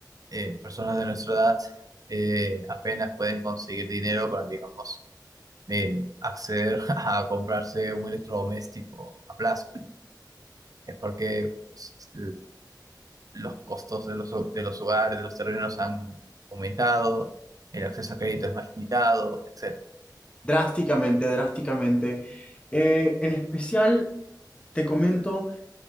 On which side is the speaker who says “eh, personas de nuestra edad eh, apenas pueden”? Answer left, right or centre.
Right